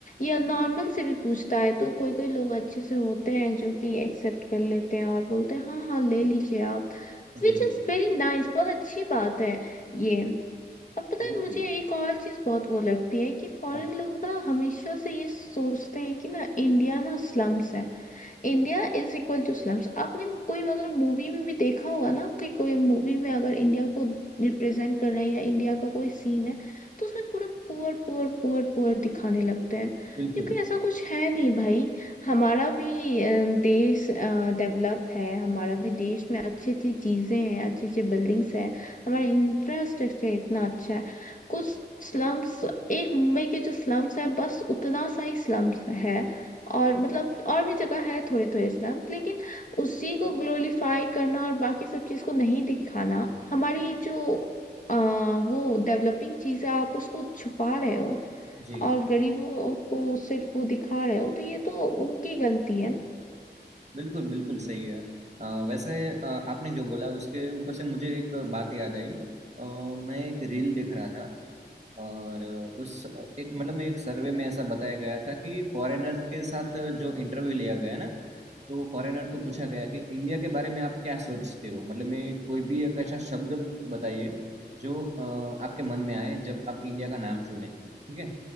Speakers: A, on the left; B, on the right.
A: या नॉर्मल से भी पूछता है तो कोई कोई लोग अच्छे से होते हैं जो कि एक्सेप्ट कर लेते हैं और बोलते हैं हाँ हाँ ले लीजिए आप
B: जी
A: विच इज़
B: जी
A: वेरी नाइस बहुत अच्छी बात है ये और पता
B: बिल्कुल
A: है मुझे एक और चीज बहुत वो लगती है कि फॉरेन
B: अ-
A: लोग ना हमेशा से ये सोचते हैं कि ना इंडिया ना स्लम्स है India is equal to slums आपने कोई अगर मूवी में भी देखा होगा ना कि कोई मूवी में अगर इंडिया को रिप्रेजेंट कर रहे हैं या इंडिया का कोई सीन है तो उसमें पूरा पुअर पुअर पुअर पुअर दिखाने लगते हैं
B: बिल्कुल
A: जबकि ऐसा कुछ है नहीं भाई हमारा भी अ, देश डेवलप है हमारा भी देश में अच्छी अच्छी चीजें हैं अच्छी अच्छी बिल्डिंग्स हैं हमारा इंफ्रास्ट्रक्चर इतना अच्छा है कुछ स्लम्स एक मुंबई के जो स्लम्स है बस उतना सा ही स्लम्स है और मतलब और भी जगह है थोड़े थोड़े इस्लाम्स लेकिन उसी को ग्लोरीफाई करना और बाकी सब चीज़ को नहीं दिखाना हमारी जो आ, वो डेवलपिंग चीज़ है आप उसको छुपा रहे हो
B: जी
A: और गरीबों को सिर्फ वो दिखा रहे हो तो ये तो उनकी गलती है ना
B: बिल्कुल बिल्कुल सही है अ, वैसे अ, आपने जो बोला उसके ऊपर से मुझे एक बात याद आई अ, मैं एक रील देख रहा था और उस एक मतलब मैं एक सर्वे में ऐसा बताया गया था कि फॉरेनर के साथ जो इंटरव्यू लिया गया ना तो फॉरेनर को पूछा गया कि इंडिया के बारे में आप क्या सोचते हो मतलब मैं कोई भी एक ऐसा शब्द बताइए जो अ, आपके मन में आए जब आप इंडिया का नाम सुने ठीक है